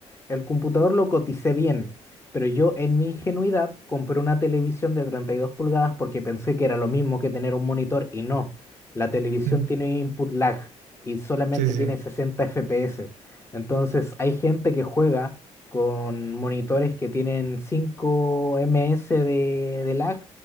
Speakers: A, on the left (about 20°); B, on the right (about 85°).
A: el computador lo coticé bien, pero yo en mi ingenuidad compré una televisión de 32 pulgadas porque pensé que era lo mismo que tener un monitor y no. La televisión
B: mm,
A: tiene input lag y solamente
B: Sí, sí.
A: tiene
B: sí.
A: 60 FPS. Entonces hay gente que juega con monitores que tienen 5 ms de, de lag